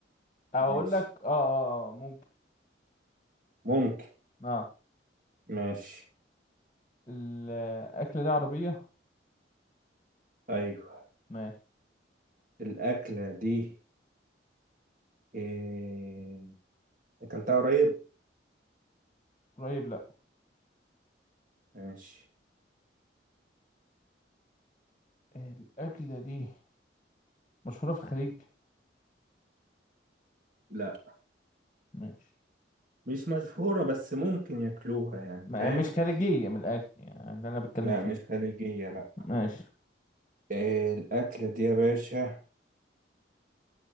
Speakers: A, on the left; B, on the right.
A: اقول
B: ماشي
A: لك اه آه، آه، ممكن
B: ممكن
A: اه
B: ماشي
A: الأكلة دي عربية
B: ايوه
A: ماشي
B: الاكله دي إيه... اكلتها قريب
A: قريب لأ
B: ماشي
A: الأكلة دي مشهورة في الخليج
B: لا
A: ماشي
B: مش مشهورة بس ممكن ياكلوها يعني
A: ما
B: فاهم
A: مش خليجية من الآخر يعني ده أنا بتكلم
B: لا
A: فيه
B: مش خليجية لا
A: ماشي
B: إيه الأكلة دي يا باشا